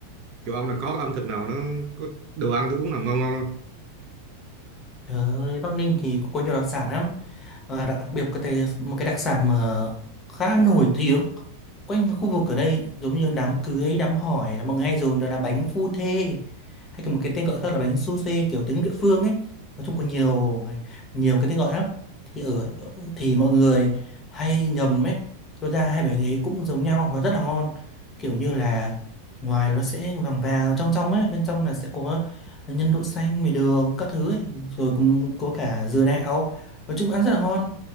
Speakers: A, on the right; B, on the left.
A: chỗ ông là có ẩm thực nào nó có đồ ăn thức uống nào ngon ngon không
B: trời ơi Bắc Ninh thì có, có nhiều đặc sản lắm và đặc biệt có thể một cái đặc sản mà khá nổi tiếng quanh khu vực ở đây giống như đám cưới đám hỏi là mọi người hay dùng đó là bánh phu thê hay còn một cái tên gọi khác là bánh su xê kiểu tiếng địa phương ấy nói chung có nhiều nhiều cái tên gọi lắm thì ở thì mọi người hay nhầm ấy cho ra hai bánh ấy cũng giống nhau và rất là ngon kiểu như là ngoài nó sẽ vàng vàng trong trong ấy bên trong là sẽ có nhân đậu xanh mì đường các thứ ấy rồi cũng có cả dừa đạo nói chung ăn rất là ngon